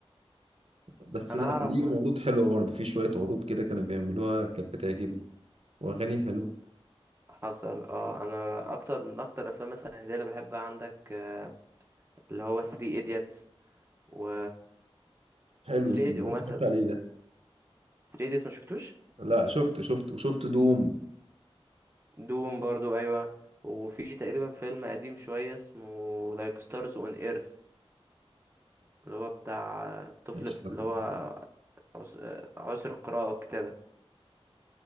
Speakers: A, on the right; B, on the right.
A: بس
B: انا
A: لا
B: اعرف
A: ليهم عروض حلوة برضه في شوية عروض كده كانوا بيعملوها كانت بتعجبني وأغاني حلوة
B: حصل اه انا اكتر من اكتر افلام مثلا هندية اللي بحبها عندك آه، اللي هو 3 ايديتس و
A: حلو
B: 3
A: السينما
B: ايديتس ومثلا
A: اتفرجت عليه ده
B: 3 ايديتس ما شفتوش
A: لا شفت شفت وشفت دوم
B: دوم برضو ايوه وفي تقريبا فيلم قديم شويه اسمه لايك ستارز اون ايرث اللي هو بتاع الطفل
A: مش
B: بت-
A: فاكره
B: اللي هو عس- آه، عسر القراءه والكتابه